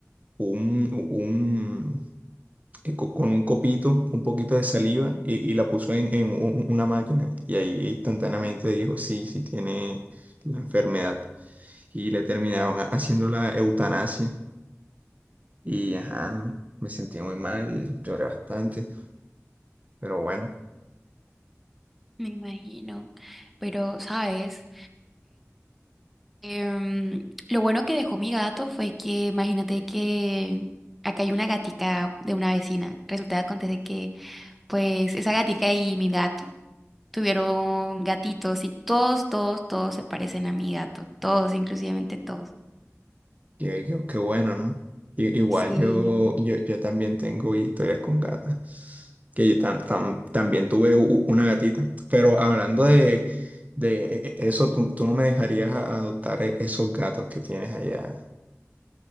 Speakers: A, on the right; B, in the centre.
A: un, un eh, co- con un copito, un poquito de saliva y, y la puso en, en un- una máquina. Y ahí instantáneamente dijo: Sí, sí, tiene la enfermedad. Y le terminaron ha- haciendo la eutanasia. Y ajá, me sentí muy mal, lloré bastante, pero bueno,
B: Me imagino, pero ¿sabes? Em, lo bueno que dejó mi gato fue que, imagínate que acá hay una gatica de una vecina. Resulta que acontece que, pues, esa gatica y mi gato tuvieron gatitos y todos, todos, todos se parecen a mi gato. Todos, inclusivamente todos.
A: qué, qué, qué bueno, ¿no? I- igual
B: Sí.
A: yo, yo, yo también tengo historias con gatas, que yo tam- tam- también tuve u- una gatita, pero hablando de, de e- e- eso, tú, tú no me dejarías a- adoptar e- esos gatos que tienes allá,